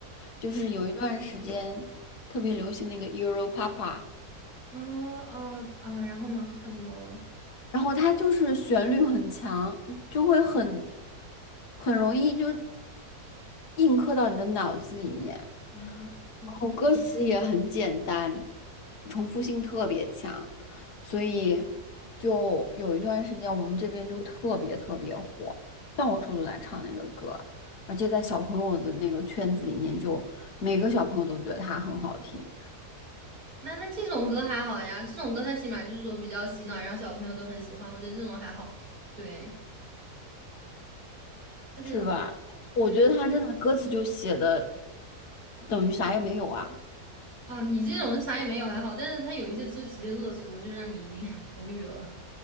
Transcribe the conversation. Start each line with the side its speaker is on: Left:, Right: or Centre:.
Left: 就是有一段时间特别流行那个 Euro Papa。
Right: 啊啊啊！然后呢，他怎么了？
Left: 然后它就是旋律很强，就会很很容易就印刻到你的脑子里面。
Right: 我的天
Left: 然后歌词也很简单，重复性特别强，所以就有一段时间我们这边就特别特别火，到处都在唱那个歌，而且在小朋友的那个圈子里面就每个小朋友都觉得它很好听。
Right: 那那这种歌还好呀，这种歌它起码就是说比较洗脑，然后小朋友都很喜欢，我觉得这种还好。对。他这种
Left: 是吧？我觉得他真的歌词就写的
Right: 对
Left: 等于啥也没有啊。
Right: 啊，你这种啥也没有还好，但是他有一些就直接恶俗的，就让你已经 <laughs> 无语了。